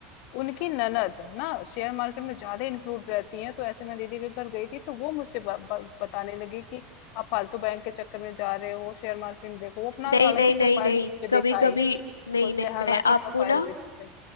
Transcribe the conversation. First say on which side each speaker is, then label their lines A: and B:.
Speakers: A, on the left; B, on the left.
A: उनकी ननद ना शेयर मार्केट में ज्यादा इंक्लूड रहती हैं तो ऐसे में दीदी के घर गई थी तो वो मुझसे ब, ब, बताने लगी कि आप फालतू बैंक के चक्कर में जा रहे हो शेयर मार्केट देखो वो अपना
B: नहीं
A: हालांकि
B: नहीं
A: प्रोफाइल
B: नहीं नहीं
A: भी मुझे
B: कभी
A: दिखाई
B: कभी नहीं
A: मुझे
B: नहीं
A: हालांकि
B: मैं आपको
A: प्रोफाइल
B: ना
A: भी दिखाई